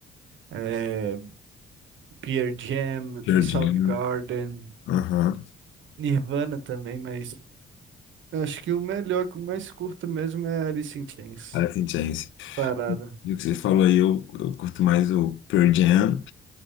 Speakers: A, on the right; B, on the left.
A: eh, Pearl Jam,
B: Pearl
A: Soundgarden,
B: Jam. Aham.
A: Nirvana também, mas eu acho que o melhor, que eu mais curto mesmo é Alice in Chains,
B: Alice in Chains.
A: parada.
B: E o que você falou aí, eu, eu curto mais o Pearl Jam.